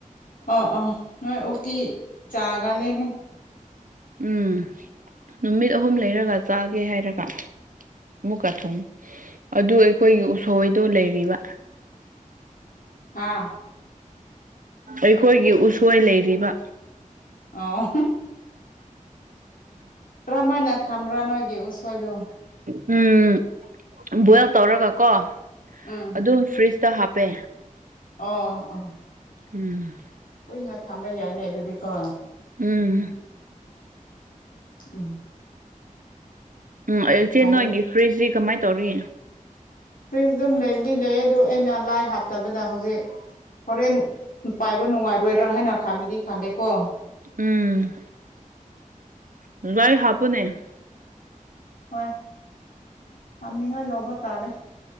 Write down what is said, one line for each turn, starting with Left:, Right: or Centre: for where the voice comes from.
Left: ꯑꯣ ꯑꯣ ꯅꯣꯏ ꯎꯇꯤ ꯆꯥꯒꯜꯂꯤꯅꯦ
Right: ꯎꯝ ꯅꯨꯃꯤꯠ ꯑꯍꯨꯝ ꯂꯩꯔꯒ ꯆꯥꯒꯦ ꯍꯥꯏꯔꯒ ꯑꯃꯨꯛꯀ ꯊꯨꯡ ꯑꯗꯨ ꯑꯩꯈꯣꯏꯒꯤ ꯎꯁꯣꯏꯗꯣ ꯂꯩꯔꯤꯕ <inaudible>
Left: ꯍꯥꯥ
Right: ꯑꯩꯈꯣꯏꯒꯤ ꯎꯁꯣꯏ ꯂꯩꯔꯤꯕ
Left: ꯑꯣ ꯀꯔꯝꯍꯥꯏꯅ ꯊꯝꯕ꯭ꯔꯥ ꯅꯣꯏꯒꯤ ꯎꯁꯣꯏꯗꯨ
Right: ꯎꯝ ꯎꯝ ꯕꯣꯏꯜ ꯇꯧꯔꯒꯀꯣ
Left: ꯎꯝ
Right: ꯑꯗꯨꯝ ꯐ꯭ꯔꯤꯖꯇ ꯍꯥꯞꯄꯦ
Left: ꯑꯣ ꯑꯣ
Right: ꯎꯝ
Left: ꯀꯨꯏꯅ ꯊꯝꯕ ꯌꯥꯏꯅꯦ ꯑꯗꯨꯗꯤ ꯀꯣ
Right: ꯎꯝ
Left: ꯎꯝ
Right: ꯎꯝ ꯏꯆꯦ
Left: ꯐꯩꯅꯦ
Right: ꯅꯣꯏꯒꯤ ꯐ꯭ꯔꯤꯖꯁꯤ ꯀꯃꯥꯏ ꯇꯧꯔꯤ
Left: ꯐ꯭ꯔꯤꯖ ꯑꯗꯨꯝ ꯂꯩꯗꯤ ꯂꯩ ꯑꯗꯨ ꯑꯩꯅ ꯂꯥꯏꯠ ꯍꯥꯞꯇꯕꯗ ꯍꯧꯖꯤꯛ ꯍꯣꯔꯦꯟ ꯄꯥꯏꯕ ꯅꯨꯡꯉꯥꯏꯔꯣꯏꯗ꯭ꯔꯥ ꯍꯥꯏꯅ ꯈꯟꯕꯗꯤ ꯈꯜꯂꯦꯀꯣ
Right: ꯎꯝ ꯂꯥꯏꯠ ꯍꯥꯞꯄꯨꯅꯦ
Left: ꯍꯣꯏ ꯍꯥꯞꯅꯤꯡꯉꯥꯏ ꯂꯧꯕ ꯇꯥꯔꯦ